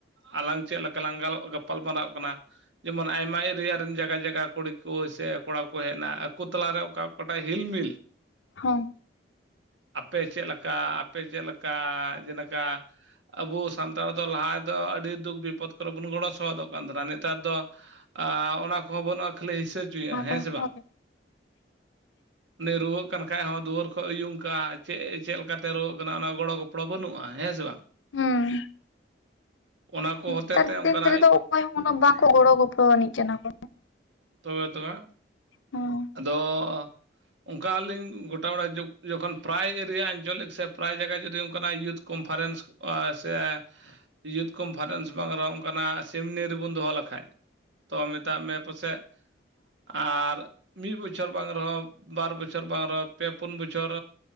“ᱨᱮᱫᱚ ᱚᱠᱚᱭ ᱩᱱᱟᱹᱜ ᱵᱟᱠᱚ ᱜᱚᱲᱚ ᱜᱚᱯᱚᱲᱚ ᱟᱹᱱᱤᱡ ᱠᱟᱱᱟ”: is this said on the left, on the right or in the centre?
Left